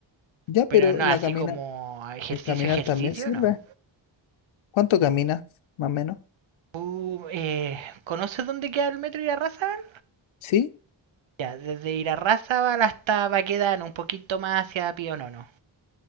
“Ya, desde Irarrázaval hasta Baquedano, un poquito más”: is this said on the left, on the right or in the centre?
Right